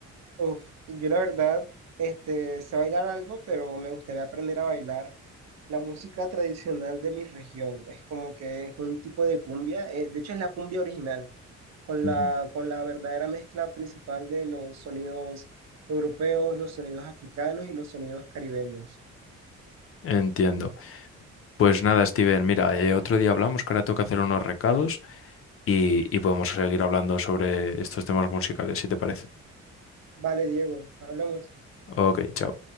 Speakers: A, on the right (about 60°); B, on the left (about 45°).
A: Uf, yo la verdad, este, sé bailar algo, pero me gustaría aprender a bailar la música tradicional de mi región. Es como que es un tipo de cumbia, eh, de hecho es la cumbia original, con
B: Ujú.
A: la, con la verdadera mezcla principal de los sonidos europeos, los sonidos africanos y los sonidos caribeños.
B: Entiendo. Pues nada, Steven, mira, eh, otro día hablamos, que ahora toca hacer unos recados y, y podemos seguir hablando sobre estos temas musicales, si te parece.
A: Vale, Diego, hablamos.
B: Ok, chao.